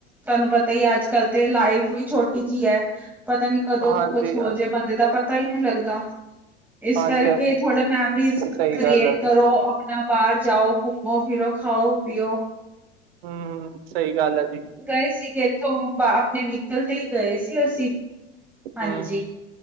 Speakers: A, in the centre; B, on the right (about 60°).
A: ਤਾਨੂੰ ਪਤਾ ਈਆ ਅੱਜ- ਕੱਲ ਤੇ ਲਾਈਫ ਵੀ ਛੋ ਟੀ ਜੀ ਹੈ ਪਤਾ ਨੀ ਕਦੋਂ
B: ਹਾਂਜੀ
A: ਕੁਛ ਹੋ
B: ਹਾਂਜੀ
A: ਜੇ ਬੰਦੇ ਦਾ ਪਤਾ ਈ ਨੀ ਲੱਗਦਾ ਇਸ
B: ਹਾਂਜੀ
A: ਕਰਕੇ ਥੋੜਾ ਮੈਮਰੀਜ਼
B: ਸਹੀ
A: ਕਰ੍ਰੀਏਟ
B: ਗੱਲ ਹੈ
A: ਕਰੋ ਅਪਨਾ ਬਾਰ ਜਾਓ, ਘੁੰਮੋ ਫਿਰੋ ਖਾਓ -ਪੀ ਔ
B: ਹਮ- ਹਮ ਸਈ ਗੱਲ ਐ ਜੀ।
A: ਗਏ ਸੀਗੇ ਇੱਥੋਂ ਬਾ ਅਪਣੇ ਵੀਕਲ ਤੇ ਗਏ ਸੀ ਅਸੀਂ ਹਾਂਜੀ।
B: ਹਮ